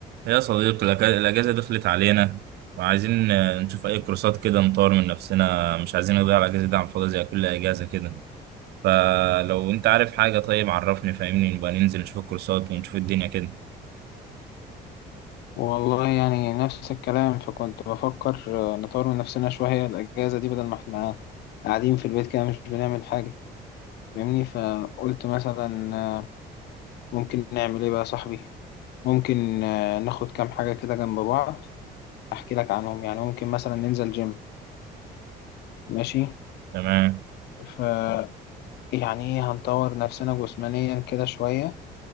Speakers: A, on the right (about 75°); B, on the left (about 80°).
A: يا صديقي الأجا- الأجازة دخلت علينا وعايزين آه، نشوف أي كورسات كده نطور من نفسنا مش عايزين نضيع الأجازة دي على الفاضي زي كل أجازة كده فلو أنت عارف حاجة طيب عرفني فاهمني نبقى ننزل نشوف الكورسات ونشوف الدنيا كده
B: والله يعني نفس الكلام فكنت بفكر آه، نطور من نفسنا شوية الأجازة دي بدل ما احنا قاعدين في البيت كده مش بنعمل حاجة فاهمني فقلت مثلا آه، ممكن نعمل ايه بقى يا صاحبي ممكن آه، ناخد كام حاجة كده جنب بعض أحكي لك عنهم يعني ممكن مثلا ننزل جيم ماشي
A: تمام
B: ف يعني إيه، هنطور نفسنا جسمانيا كده شوية